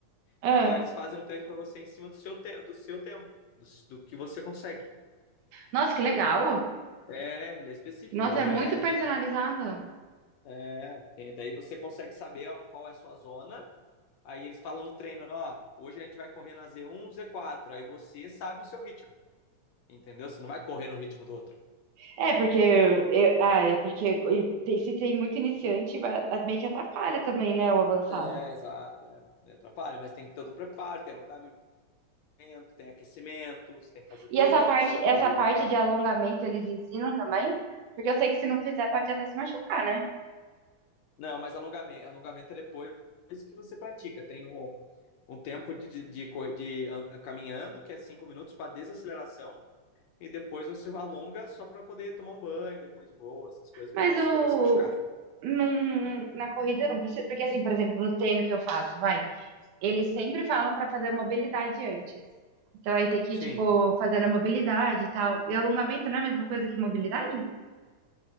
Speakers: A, on the right; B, on the left.
A: Ah.
B: Então aí eles fazem um treino para você em cima do seu, te, do seu tempo, do, do que você consegue.
A: Nossa, que legal!
B: É, ele é específico,
A: Nossa,
B: não
A: é muito
B: é,
A: personalizado.
B: é. tem- Daí você consegue saber ó, qual é a sua zona. Aí eles falam no treino, ó, hoje a gente vai correr na Z1, Z4. Aí você sabe o seu ritmo, entendeu? Você não vai correr no ritmo do outro.
A: É, porque eu- ah, é porque e tem- se tem muito iniciante, vai- meio que atrapalha também, né, o avançado.
B: É, exato. É, é, atrapalha, mas tem todo um preparo, tem alongamento, tem aquecimento, você tem que fazer
A: E
B: tudo
A: essa parte,
B: antes da
A: essa
B: corrida,
A: parte
B: né?
A: de alongamento eles ensinam também? Porque eu sei que se não fizer pode até se machucar, né?
B: Não, mas alongamento, alongamento é depois que você pratica. Tem um, um tempo de, de, de, co- de an- caminhando, que é cinco minutos para desaceleração, e depois você alonga só para poder tomar um banho, depois de boa, essas coisas,
A: Mas
B: para não se-
A: o
B: poder se machucar.
A: num- na corrida não precisa, porque assim, por exemplo, no treino que eu faço, vai, eles sempre falam pra fazer a mobilidade antes. Então aí tem que,
B: Sim.
A: tipo, fazendo a mobilidade e tal. E alongamento não é a mesma coisa que mobilidade?